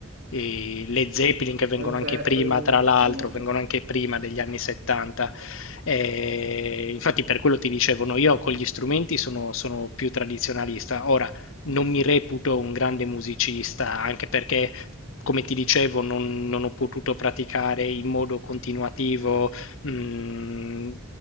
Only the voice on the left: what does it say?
e le Zeppelin che vengono
anche
prima, tra l'altro,
vengono anche prima degli anni 70. Eh, infatti per quello ti dicevano io con gli strumenti sono, sono più tradizionalista. Ora, non mi reputo un grande musicista, anche perché, come ti dicevo, non, non ho potuto praticare in modo continuativo, mm,